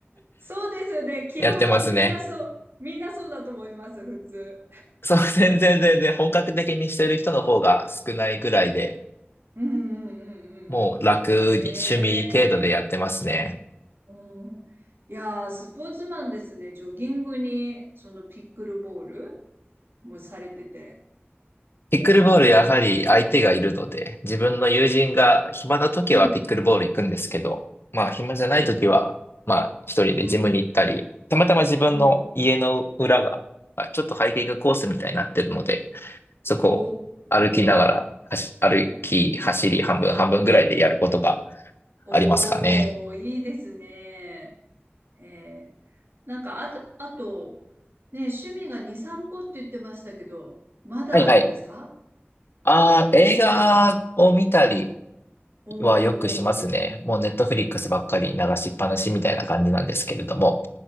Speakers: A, on the right; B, on the left.
A: そうですね。基本みんなそう、
B: やってますね。
A: みんなそうだと思います、普通。
B: そう、<laughs> 全然全然本格的にしてる人の方が少ないぐらいで、
A: うんうんうんうん。
B: もう楽に趣味程度でやってますね。
A: へえ。うん。いやー、スポーツマンですね。ジョギングに、そのピックルボールもされてて。
B: ピックルボールやはり相手がいるので、
A: ねえ。
B: 自分の友人が暇な時はピックルボール行くんですけど、
A: うん。
B: まあ暇じゃない時は、まあ一人でジムに行ったり、
A: うん。
B: たまたま自分の家の裏が、
A: うん。
B: まあちょっとハイキングコースみたいになってるので、そこを歩きながら、
A: おー。
B: 走歩き、走り、半分半分ぐらいでやることが
A: おー、
B: ありますかね。
A: いいですね。ええ。なんか、あと、あと、ねえ、趣味が2、3個って言ってましたけど、まだあるんですか
B: はいはい。ああ、映画を見たり
A: お
B: はよくしますね。
A: お、
B: もうネットフリックスばっかり流しっぱなしみたいな感じなんですけれども。